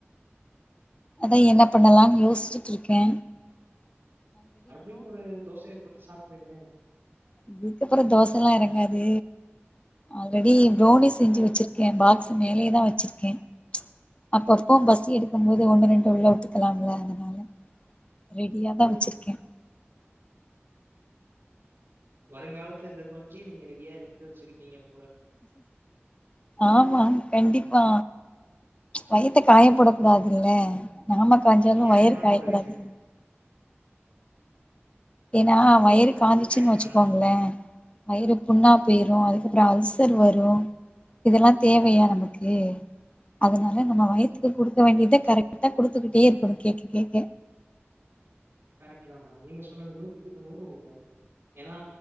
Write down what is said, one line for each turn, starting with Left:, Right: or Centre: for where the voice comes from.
Left: அதா என்ன பண்ணலாம்னு யோசிச்சுட்டுருக்கே
Right: மறுபடியு ஒரு தோசைய போட்டு சாப் றிங்க
Left: இதுக்கப்பற தோசைல்லா எறங்காது ஆல்ரெடி தோனி செஞ்சு
Right: ஓ!
Left: வெச்சிருக்கே பாக்ஸ் மேலேதா வெச்சிருக்கே அப்பப்ப பசி எடுக்கும் போது ஒண்ணு ரெண்டு உள்ள உட்டுக்கலாம்ல அதனால ரெடியாதா
Right: ஓ!
Left: வெச்சிருக்கே
Right: வருங்காலத்த எதிர்நோக்கி நீங்க ரெடியா எடுத்து வெச்சிருக்கிங்க போல
Left: ஆமா கண்டிப்பா வயித்த காய போட கூடாதுல்ல நாம காஞ்சாலு
Right: நியாயமான
Left: வயிறு காயக்கூடாதுல்
Right: ஒரு விஷயம்.
Left: ஏனா வயறு காஞ்ச்சுச்சுன்
Right: நியாயமானதுதான்.
Left: வச்சுக்கோங்களே வயிறு புண்ணா போயிரு அதுக்கப்புற அல்சர் வரு இதெல்லா தேவையா நமக்கு அதனால நம்ம வயித்துக்கு குடுக்க வேண்டியத கரெக்டா குடுத்துக்கிட்டே இருக்கணு கேக்க கேக்க
Right: கரெக்ட்டுதா மேடம் நீங்க சொன்னது நூத்துக்கு நூறு உண்மை ஏனா